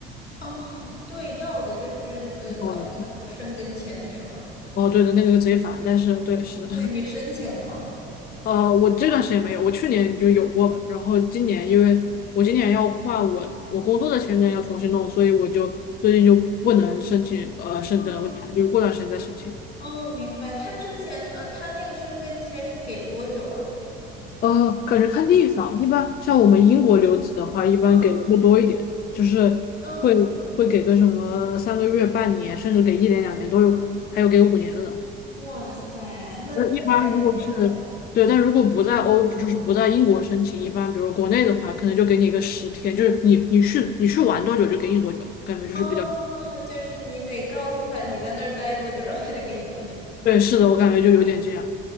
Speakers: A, on the left (about 85°); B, on the left (about 30°).
A: 啊。对，要的就是呃，
B: 哦，
A: 搞那个什么申根签是吗？
B: 哦，对的，那个就直接反但是对，是的，
A: 对，你申请了吗？
B: <laughs> 呃，我这段时间没有，我去年就有过嘛，然后今年因为我今年要换我我工作的签证要重新弄，所以我就最近就不能申请呃申根，
A: 哦，
B: 我打算就是过段时间再申请。
A: 哦明白。他之前呃，他那个申根签是给多久啊？
B: 呃，感觉看地方，一般像我们英国留子的话，一般给的会多一点，
A: 嗯
B: 就是会会给个什么三个月、
A: 嗯，
B: 半年，甚至给一年、两年都有可能，还有给五年的呢。
A: 哇塞，那那还挺久的。
B: 那一般如果是对，但如果不在欧，就是不在英国申请，一般比如国内的话，可能就给你一个十天，就是你你去你去玩多久就给你多久，感觉就是比较
A: 哦，就是你得告诉他你在那儿待多久，然后他就给你多久。
B: 对，是的，我感觉就有点这样，